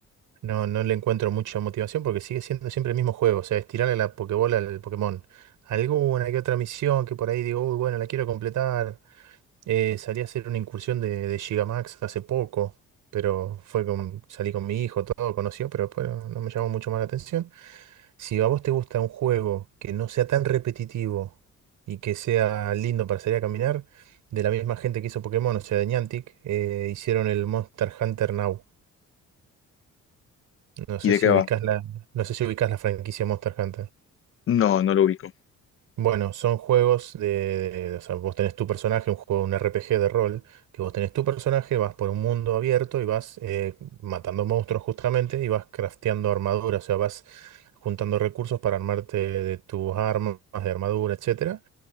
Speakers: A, on the right; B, on the left.
A: No, no le encuentro mucha motivación porque sigue siendo siempre el mismo juego. O sea, estirarle la Pokébola al Pokémon. Alguna que otra misión que por ahí digo, uy, bueno, la quiero completar. Eh, salí a hacer una incursión de, de Gigamax hace poco, pero fue con, salí con mi hijo, todo conoció, pero después no, no me llamó mucho más la atención. Si a vos te gusta un juego que no sea tan repetitivo y que sea lindo para salir a caminar, de la misma gente que hizo Pokémon, o sea, de Niantic, eh, hicieron el Monster Hunter Now. No sé
B: ¿Y de
A: si
B: qué
A: ubicás
B: va?
A: la, no sé si ubicás la franquicia Monster Hunter.
B: No, no lo ubico.
A: Bueno, son juegos de, de- o sea, vos tenés tu personaje, un juego, un RPG de rol, que vos tenés tu personaje, vas por un mundo abierto y vas eh, matando monstruos justamente y vas crafteando armadura, o sea, vas juntando recursos para armarte de tus armas, de armadura, etcétera